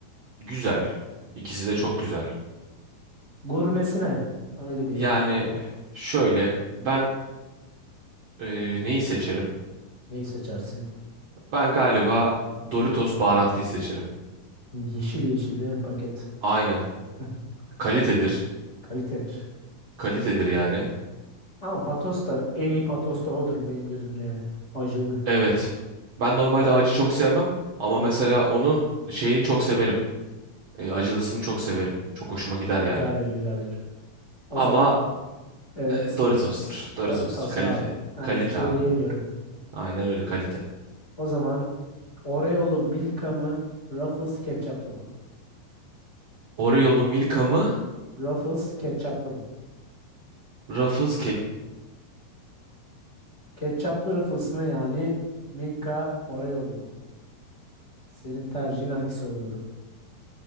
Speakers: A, on the right (about 60°); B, on the left (about 30°).
A: Güzel. İkisi de çok güzel.
B: Gurmesine. Öyle diyeyim
A: Yani
B: yani.
A: şöyle ben e, neyi seçerim?
B: Neyi seçersin?
A: Ben galiba Doritos baharatlıyı seçerim.
B: Yeşil yeşil değil mi paket?
A: Aynen.
B: <laughs>
A: Kalitedir.
B: Kalitedir.
A: Kalitedir yani.
B: Ama Patos da en iyi Patos da odur benim gözümde yani. Acılı.
A: Evet. Ben normalde acı çok sevmem ama
B: Evet.
A: mesela onun şeyini çok severim. E, acılısını çok severim. Çok hoşuma gider yani.
B: Güzeldir güzeldir. O
A: Ama
B: zaman evet.
A: e, Doritos'tur. Doritos'tur.
B: Doritos
A: Kalite.
B: abi. Yani
A: Kalite
B: bir şey
A: abi.
B: diyemiyorum.
A: Aynen öyle kalite.
B: O zaman Oreo'lu Milka mı? Ruffles ketçaplı mı?
A: Oreo'lu Milka mı?
B: Ruffles ketçaplı mı?
A: Ruffles kedi.
B: Ketçaplı Ruffles mı yani Milka Oreo'lu mu? Senin tercihin hangisi olurdu?